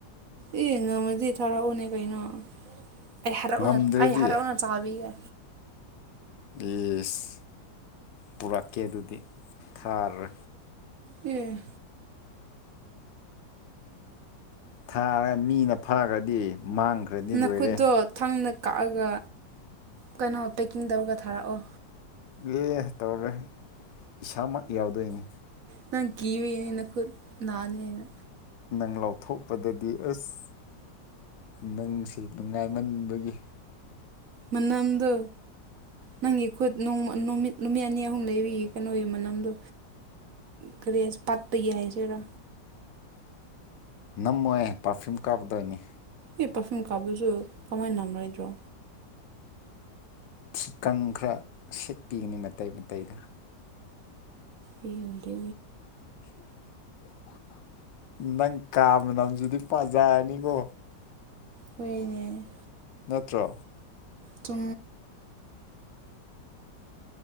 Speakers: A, on the right; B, on the left.
A: ꯑꯦ ꯉꯝꯃꯗꯤ ꯊꯔꯛꯎꯅꯦ ꯀꯩꯅꯣ ꯑꯩ ꯍꯥꯏꯔꯥꯎ
B: ꯉꯝꯗ꯭ꯔꯗꯤ
A: ꯑꯩ ꯍꯔꯥꯎꯅ ꯆꯥꯕꯤꯒꯦ
B: ꯌꯦꯁ ꯄꯨꯔꯛꯀꯦ ꯑꯗꯨꯗꯤ ꯊꯥꯔꯦ
A: ꯎꯝ
B: ꯊꯥꯔꯒ ꯃꯤꯅ ꯐꯥꯈ꯭ꯔꯗꯤ ꯃꯥꯡꯈ꯭ꯔꯗꯤ
A: ꯅꯈꯨꯠꯇꯣ
B: ꯂꯣꯏꯔꯦ
A: ꯊꯥꯡꯅ ꯀꯛꯑꯒ ꯀꯩꯅꯣ ꯄꯦꯛꯀꯤꯡ ꯇꯧꯔꯒ ꯊꯥꯔꯛꯑꯣ
B: ꯑꯦ ꯇꯧꯔꯦ ꯏꯁꯥꯃꯛ ꯌꯥꯎꯗꯣꯏꯅꯤ
A: ꯅ ꯒꯤꯕꯤꯅ ꯈꯨ ꯅꯅꯦꯩꯅ
B: ꯅꯪ ꯂꯥꯎꯊꯣꯛꯄꯗꯗꯤ ꯑꯁ ꯅꯪꯁꯤ ꯅꯨꯡꯉꯥꯏꯃꯟꯕꯒꯤ
A: ꯃꯅꯥꯝꯗ ꯅꯪꯒꯤ ꯈꯨꯠ ꯅꯨꯃꯤꯠ ꯅꯨꯃꯤꯠ ꯑꯅꯤ ꯑꯍꯨꯝ ꯂꯩꯔꯤꯒꯤ ꯀꯩꯅꯣꯒꯤ ꯃꯅꯝꯗꯣ ꯀꯔꯤꯁ ꯄꯠꯇ ꯌꯥꯏꯁꯨꯔꯥ
B: ꯅꯝꯃꯣꯏ ꯄꯥꯔꯐ꯭ꯌꯨꯝ ꯀꯥꯞꯀꯗꯣꯏꯅꯤ
A: ꯑꯦ ꯄꯥꯔꯐ꯭ꯌꯨꯝ ꯀꯥꯞꯄꯁꯨ ꯀꯃꯥꯏꯅ ꯅꯝꯔꯣꯏꯗ꯭ꯔꯣ
B: ꯊꯤꯀꯪ ꯈꯔ ꯁꯤꯠꯄꯤꯒꯅꯤ ꯃꯇꯩ ꯃꯇꯩꯗ
A: ꯑꯩ ꯍꯧꯗꯤ
B: ꯅꯪ ꯀꯥꯕꯅꯝꯗꯨꯗꯤ ꯄꯖꯅꯤꯀꯣ
A: ꯍꯣꯏꯅꯦ
B: ꯅꯠꯇ꯭ꯔꯣ
A: ꯇ